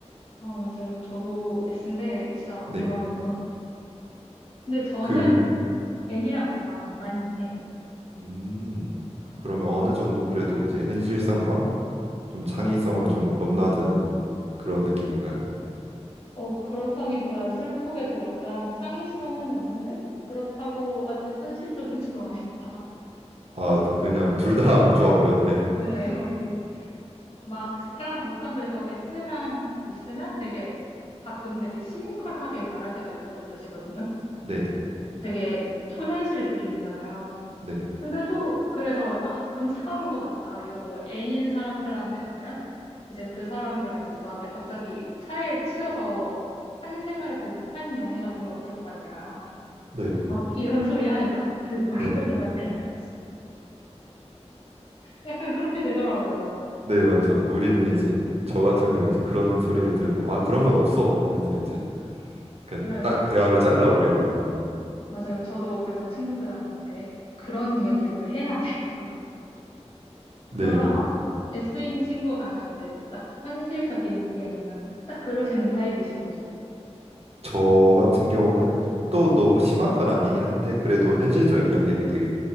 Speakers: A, on the left; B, on the right.
A: 아, 맞아요. 저도 S인데 진짜
B: 네,
A: 공감해요. 근데 저는
B: 그
A: N이랑 S가 반반이긴 해요.
B: 음, 그러면 어느 정도 그래도 이제 현실성과 좀 창의성을 좀 넘나드는 그런 느낌인가요?
A: 어, 그렇다기보다 슬프게도 약간 창의성은 없는데? 그렇다고 아주 현실적이지도 <laughs> 않은 사람?
B: 아, 그냥 둘 다 안 좋아 버렸네요.
A: 네,
B: <laughs>
A: 어, 이- 막상, 막상 그래서 S랑 있으면 되게 가끔 되게 시니컬하게 말할 때가 있다고 느껴지거든요.
B: 네네
A: 되게 초현실 느낌이잖아요.
B: 네
A: 근데 또 그래서 아, 좀 차가운 것 같다 이러고 N인 사람들한테 가면 이제 그 사람들은 이제 저한테 갑자기 차에 치여서 한생활에서 높은 영예가 되면 어떨 것 같냐.
B: 네
A: 막 이런 소리 하니까 <laughs> 뭐라고
B: 네네
A: 대답해야 되지? 약간 그렇게 되더라고요.
B: 네, 맞죠. 우리는 이제 저 같은 경우 이제 그런 소리를 들으면 아, 그런 건 없어 하면서 이제 그냥
A: 그러니까
B: 딱 대화를 잘라버리거든요.
A: 맞아요. 저도 그래서 친구들한테 그런 이야기를 왜 해야 돼? <laughs> 하고
B: 네네.
A: 그러다가 S인 친구 가면 이제 딱 현실적인 이야기만 딱 그러신 타입이신 거죠.
B: 저 같은 경우는 또 너무 심한 건 아니긴 한데 그래도 현실적인 이야기를 되게